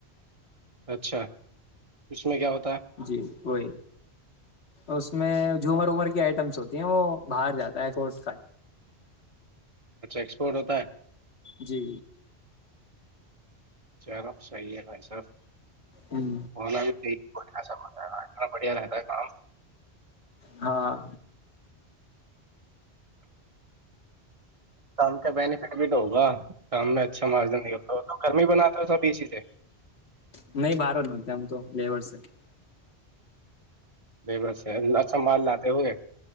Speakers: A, on the right (about 35°); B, on the left (about 80°).
A: اچھا اس میں کیا ہوتا ہے
B: جی وہی اس میں جھومر عمر کی ائٹمز ہوتی ہیں وہ باہر جاتا ہے کورس کا
A: اچھا ایکسپورٹ ہوتا ہے
B: جی
A: چیرا صحیح ہے بائی سا بھی
B: ہوں،
A: س بڑھیا رہتا ہے کام
B: ہاں
A: کم کا بف تو ہوگا سام میں اچھا مارجن نکلتا گرمی بناتے ہو سب اس چی سے
B: نہیں باہر <inaudible>
A: بےبس ہیں سنبھال لاتے ہوئے